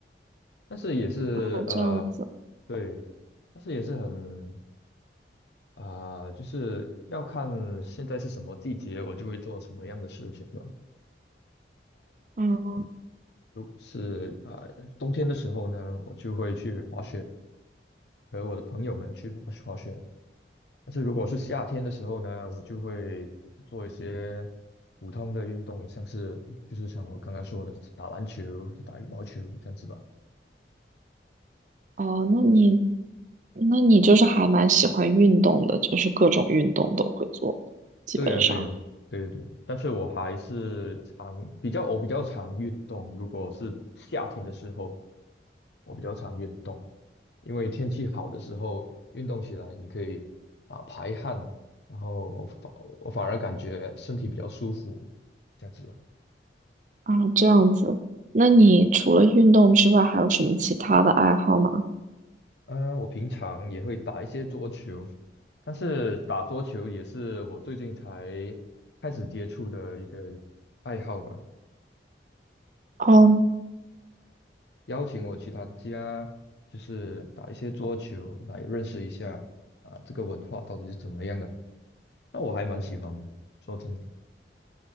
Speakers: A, on the left (about 75°); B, on the right (about 45°).
A: 但是也是呃，
B: 啊，这样子，
A: 对，但是也是很啊、呃就是要看现在是什么季节，我就会做什么样的事情吧。
B: 嗯，
A: 是啊、呃冬天的时候呢，我就会去滑雪，和我的朋友们去滑滑雪。但是如果是夏天的时候呢，我就会做一些普通的运动，像是就是像我刚刚说的打篮球、打羽毛球这样子吧。
B: 哦，那你那你就是还蛮喜欢运动的，就是各种运动都会做，基本上。
A: 对呀，对呀，对对对，但是我还是常比较我比较常运动，如果是夏天的时候，我比较常运动，因为天气好的时候运动起来，你可以啊、排汗，然后我反我反而感觉身体比较舒服，这样子啊。
B: 啊，这样子。那你除了运动之外，还有什么其他的爱好吗？
A: 呃，我平常也会打一些桌球，但是打桌球也是我最近才开始接触的一个爱好吧。
B: 嗯。
A: 邀请我去他的家，就是打一些桌球来认识一下啊，这个文化到底是怎么样的。那我还蛮喜欢的，说真的。